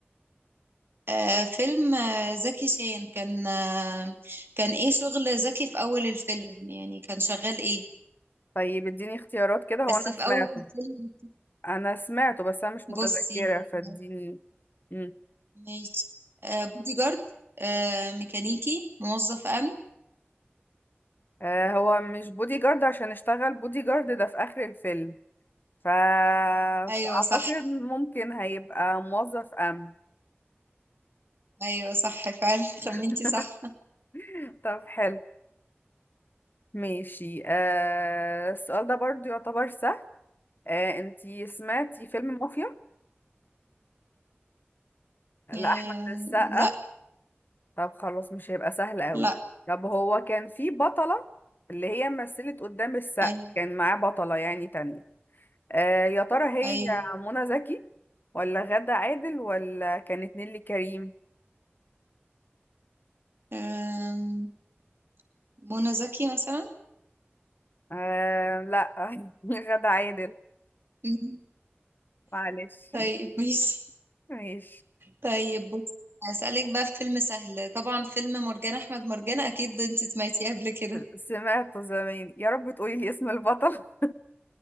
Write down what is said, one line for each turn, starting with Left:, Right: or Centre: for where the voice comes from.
Right: آه، فيلم آه، زكي شان كان آه، كان ايه شغل زكي في أول الفيلم يعني كان شغال ايه
Left: طيب اديني اختيارات كده هو
Right: بس
Left: انا
Right: في
Left: سمعته
Right: أول الفيلم
Left: انا سمعته بس انا مش متذكرة
Right: بصي
Left: فاديني
Right: آه،
Left: مم.
Right: ماشي آه، بودي جارد آه، ميكانيكي موظف أمن
Left: آه هو مش بودي جارد عشان اشتغل بودي جارد ده في اخر الفيلم ف... فاعتقد
Right: أيوه صح
Left: ممكن هيبقى موظف امن
Right: أيوه صح فعلا <laughs> خمنتي
Left: <laughs>
Right: صح
Left: طب حلو ماشي آه السؤال ده برضو يعتبر سهل آه انتي سمعتي فيلم مافيا لأحمد
Right: آم،
Left: السقا
Right: لا
Left: طب خلاص مش هيبقى سهل قوي
Right: لا
Left: طب هو كان في بطلة اللي هي مثلت قدام السقا
Right: أيوة
Left: كان معاه بطلة يعني تانية آه يا ترى هي
Right: أيوه
Left: منى زكي ولا غادة عادل ولا كانت نيللي كريم
Right: آم، منى زكي مثلا
Left: آه لا <laughs> غادة عادل
Right: مم.
Left: معلش
Right: طيب ماشي
Left: ماشي
Right: طيب بص هسألك بقى في فيلم سهل طبعا فيلم مرجان أحمد مرجان أكيد ده أنت سمعتيه قبل كده
Left: سمعت زمان يا رب تقولي لي اسم البطل <laughs>